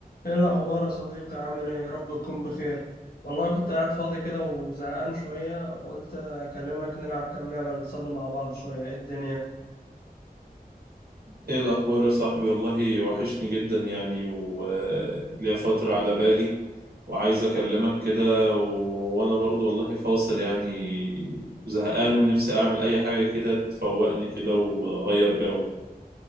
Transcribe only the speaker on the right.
ايه الاخبار يا صاحبي والله وحشني جدا يعني وليا فترة على بالي وعايز اكلمك كده و- وانا برضو والله فاصل يعني زهقان ونفسي اعمل اي حاجة كده تفوقني كده واغير جو